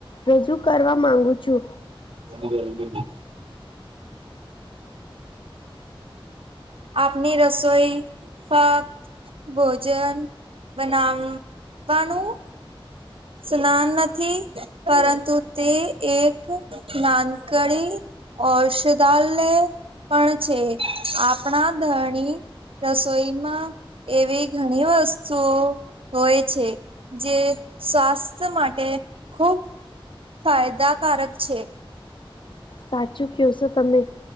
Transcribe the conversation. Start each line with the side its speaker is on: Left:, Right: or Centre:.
Left: રજૂ કરવા માંગુ છું.
Right: <inaudible> આપની રસોઈ ફક્ત ભોજન બનાવ વાનું સ્નાન નથી પરંતુ તે એક નાનકડી ઔષધાલય પણ છે આપ ણા ધરણી રસોઈમાં એવી ઘણી વસ્તુઓ હોય છે. જે સ્વાસ્થ્ય માટે ખૂબ ફાયદા કારક છે.
Left: સાચું કે છો તમે.